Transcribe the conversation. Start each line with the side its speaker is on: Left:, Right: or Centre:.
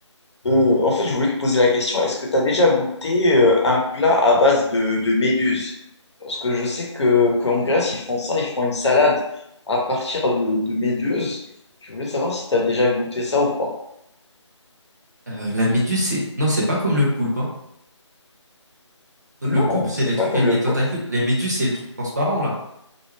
Left: Euh, en fait, je voulais te poser la question, est-ce que tu as déjà goûté euh, un plat à base de, de méduse? Parce que je sais que qu'en Grèce, ils font ça, ils font une salade à partir de, de méduse. Je voulais savoir si tu as déjà goûté ça ou pas.
Right: euh, la méduse, c'est non, c'est pas comme le poulpe, hein. Le
Left: Non,
Right: poulpe, c'est
Left: c'est
Right: les
Left: pas
Right: trucs
Left: comme
Right: avec
Left: le
Right: les tentacules.
Left: poulpe.
Right: Les méduses, c'est les trucs transparents là.